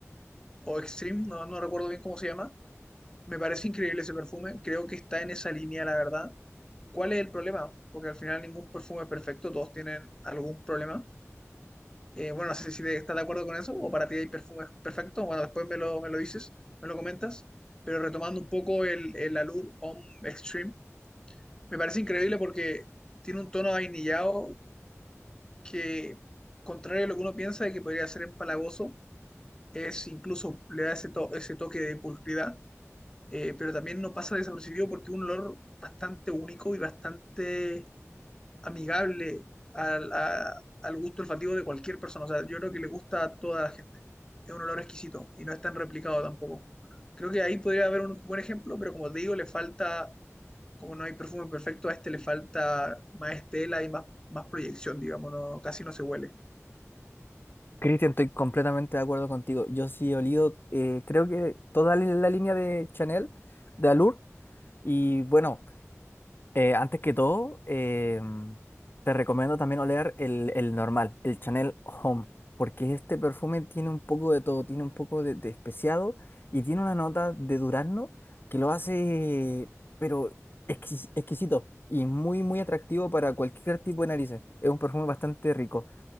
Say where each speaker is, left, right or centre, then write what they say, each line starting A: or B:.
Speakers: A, on the left; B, on the left.
A: o Extreme, no, no recuerdo bien cómo se llama. Me parece increíble ese perfume, creo que está en esa línea, la verdad. ¿Cuál es el problema? Porque al final ningún perfume es perfecto, todos tienen algún problema. Eh, bueno, no sé si te- estás de acuerdo con eso o para ti hay perfumes perfectos. Bueno, después me lo, me lo dices, me lo comentas. Pero retomando un poco el, el Allure Homme Extreme, me parece increíble porque tiene un tono vainillado que, contrario a lo que uno piensa de que podría ser empalagoso, es incluso le da ese, to- ese toque de pulcridad, eh, pero también no pasa desapercibido porque es un olor bastante único y bastante amigable al, a- al gusto olfativo de cualquier persona. O sea, yo creo que le gusta a toda la gente. Es un olor exquisito y no es tan replicado tampoco. Creo que ahí podría haber un buen ejemplo, pero como te digo, le falta, como no hay perfume perfecto, a este le falta más estela y más, más proyección, digamos, no, casi no se huele.
B: Cristian, estoy completamente de acuerdo contigo. Yo sí he olido, eh, creo que toda li- la línea de Chanel, de Allure. Y bueno, eh, antes que todo, eh, te recomiendo también oler el, el normal, el Chanel Home, porque este perfume tiene un poco de todo, tiene un poco de, de especiado y tiene una nota de durazno que lo hace, pero exquis- exquisito y muy, muy atractivo para cualquier tipo de narices. Es un perfume bastante rico.